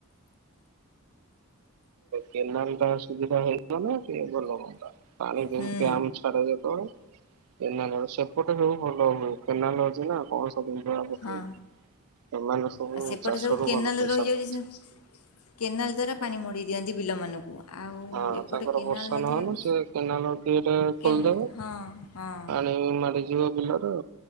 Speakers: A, on the right (about 80°); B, on the left (about 90°).
A: କେନାଲ ଟା ସୁବିଧା ହେଇଯ ନା କିଏ ଭଲ ହୁଅନ୍ତା ପାଣି
B: ହୁଁ।
A: ଗାମ ଛାଡା ଯେତବେଳେ କେନାଲ୍ ର ସେପଟେ ହଉ ଭଲ ହୁଏ। କେନାଲ ଅଛି ନା କଣ ସବୁ <unintelligible> ଅଛି
B: ହଁ
A: ଏମାନେ ସବୁ
B: ଆଉ ସେପଟେ
A: ଚାଷରୁ
B: ସବୁ କେନାଲ
A: ଭଲ ପଇସା
B: ରହିଯାଉଛି
A: ପାଉଛନ୍ତି
B: ସେ କେନାଲ ଦ୍ଵାରା ପାଣି ମଡେଇ ଦିଅନ୍ତି ବିଲମାନଙ୍କୁ ଆଉ
A: ହଁ
B: ଏପଟେ
A: ତାଙ୍କର
B: କେନାଲ
A: ବର୍ଷ
B: ନଥିବାରୁ
A: ନହନ ସେ କେନାଲ ଦି ଟା
B: କେନା
A: ଖୋଲିଦେବେ
B: ହଁ ହଁ
A: ପାଣି ମାଡିଯିବ ବିଲର